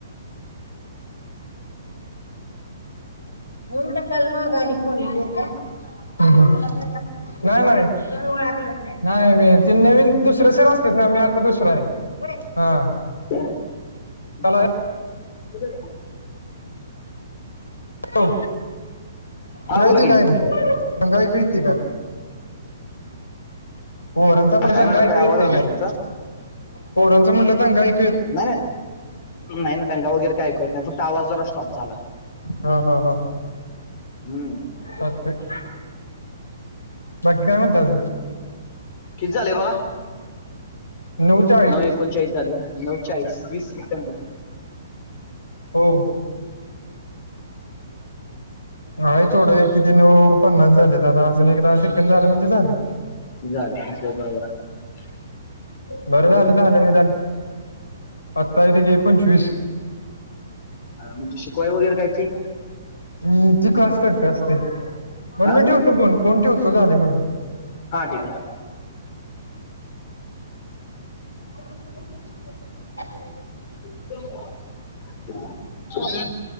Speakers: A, on the left; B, on the left.
A: हम्म हम्म. नाही नाही नाही मी ती नवीन दुसरे सर असतेत ना मी आता दुसरा आहे. हा.
B: हं.
A: चला होय
B: हा
A: तूला
B: बोला
A: येतोय
B: की
A: का ऐकू माझा ऐकू येतोय का? पोरांचा म्हटल
B: काय
A: दंगा.
B: म्हणलं
A: ऐकू
B: काय आवाज
A: येतोय
B: आला नाही
A: का?
B: तुमचा
A: पोरांचा म्हटलं दंगा ऐक
B: नाही नाही नाही ना दंगा वगैरे काय ऐकू येत नाही फक्त आवाज जरा स्टॉप झाला.
A: हा हा हा.
B: हम्म.
A: चालतंय बाकी काय म्हणता अजून
B: किती झालय बघा
A: नऊ चाळीस
B: म एकोणचाळीस झालं नऊचाळीस वीस सेकंद
A: हो आहे थोडं किती नऊ पन्नास झालेत आता अजून एक दहा सेकद झाल म्हणजे झाल.
B: झाल <unintelligible> बरोबर आहे
A: बरं झालं झालं निदान आता हे किती पंचवीस
B: हा म्हणजे शिकवाय वगैरे काय फी?
A: हम् ती क्लास तर्फे असते बर
B: हा
A: मी ठेवतो फोन फोन ठेवतो झालय माझं.
B: हा ठीक आहे.
A: हं
B: हं